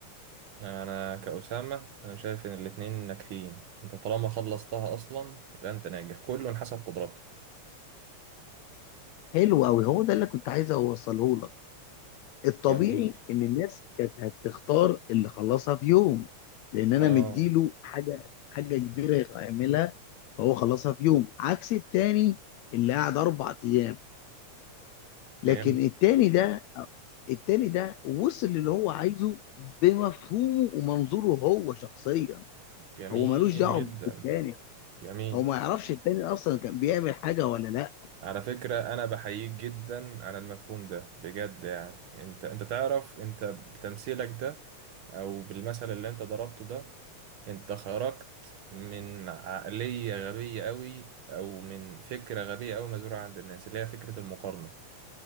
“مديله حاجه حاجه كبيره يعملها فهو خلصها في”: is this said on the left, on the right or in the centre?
Left